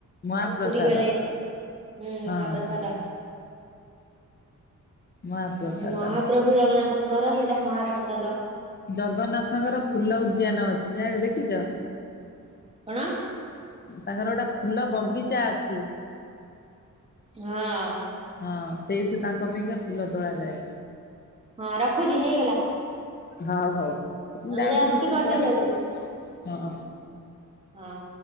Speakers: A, on the left (about 30°); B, on the right (about 20°).
A: ମହାପ୍ରସାଦ।
B: ପୁରୀ ଗଲେ ହୁଁ
A: ହଁ
B: ମହାପ୍ରସାଦ।
A: ମହାପ୍ରସାଦ
B: ମହାପ୍ରଭୁ ଜଗନ୍ନାଥଙ୍କର
A: ଉଁ ହୁଁ
B: ସେଇଟା
A: ଉଁ।
B: ମହାପ୍ରସାଦ
A: ଜଗନ୍ନାଥଙ୍କର ଫୁଲ ଉଦ୍ୟାନ ଅଛି ଯା ଦେଖିଚ?
B: କଣ?
A: ତାଙ୍କର ଓଟା ଫୁଲ ବଗିଚା ଅଛି।
B: ହଁ।
A: ହଁ ସେଇଠୁ ତାଙ୍କ ପାଇଁକା ଫୁଲ ତୋଳାଯାଏ।
B: ହଁ ରଖୁଚି ହେଇଗଲା।
A: ହଉ ହଉ
B: ତମେ
A: ମୁଁ ଯାଉଚି
B: ଯାଅ
A: ରୁଟି
B: କରିଦିଅ
A: କରିବି
B: ଜଲ୍ଦି
A: ହଁ।
B: ହଁ।